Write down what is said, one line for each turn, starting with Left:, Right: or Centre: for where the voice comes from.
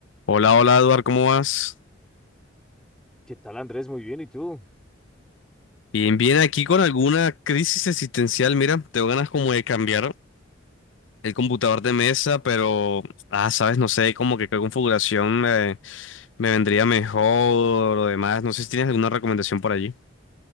Left: Hola, hola Eduard, ¿cómo vas?
Centre: ¿Qué tal, Andrés? Muy bien, ¿y tú?
Left: Bien, bien, aquí con alguna crisis existencial, mira, tengo ganas como de cambiar el computador de mesa, pero, ah, sabes, no sé, como que qué configuración me, me vendría mejor o demás, no sé si tienes alguna recomendación por allí.